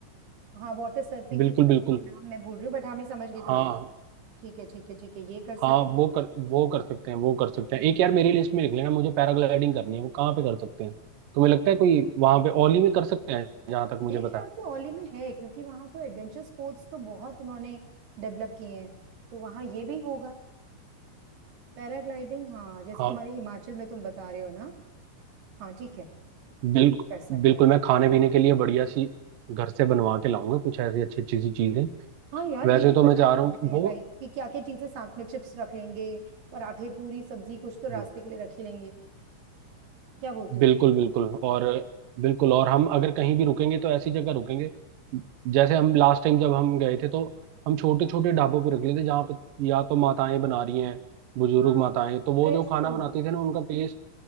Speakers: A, on the right; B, on the right.
A: हाँ वाटर सर्फिंग
B: बिल्कुल
A: की तरह
B: बिल्कुल
A: मैं नाम मैं भूल रही हूँ बट हाँ मैं समझ गई तुम्हारी
B: हाँ
A: बात ठीक है ठीक है ठीक है ये कर सकते
B: हाँ
A: हैं
B: वो कर वो कर सकते हैं वो कर सकते हैं
A: हम्म,
B: एक यार मेरी लिस्ट में लिख लेना मुझे पैराग्लाइडिंग करनी है वो कहाँ पे कर सकते हैं तुम्हें लगता है कोई वहां
A: right
B: पे ओली
A: है।
B: में कर सकते हैं जहां तक मुझे
A: मेरे
B: पता
A: ख्याल
B: है
A: से औली में है क्योंकि वहां तो एडवेंचर स्पोर्ट्स तो बहुत उन्होंने डेवलप किए हैं तो वहां ये भी होगा पैराग्लाइडिंग हाँ जैसे
B: हाँ
A: तुम्हारे हिमाचल में तुम बता रहे हो ना हाँ ठीक है
B: बिल्कुल
A: कर सकते
B: बिल्कुल
A: हैं
B: मैं खाने पीने के लिए बढ़िया सी घर से बनवा के लाऊंगा कुछ ऐसी अच्छी अच्छी सी चीजें
A: हाँ यार
B: वैसे
A: ये भी
B: तो
A: पता
B: मैं चाह
A: कर
B: रहा
A: लेते
B: हूँ कि
A: हैं
B: वो
A: राइट कि क्या क्या चीजें साथ में चिप्स रख लेंगे पराठे पूरी सब्जी कुछ तो रास्ते
B: हम्म।
A: के लिए रख ही लेंगे क्या बोलते हो
B: बिल्कुल बिल्कुल और बिल्कुल और हम अगर कहीं भी रुकेंगे तो ऐसी जगह रुकेंगे जैसे हम लास्ट टाइम जब हम गए थे तो हम छोटे छोटे ढाबों पे रुक लेते जहाँ पे या तो माताएं बना रही हैं बुजुर्ग
A: हाँ
B: माताएं तो वो
A: फ्रेश
B: जो खाना
A: फूड
B: बनाती थी ना उनका टेस्ट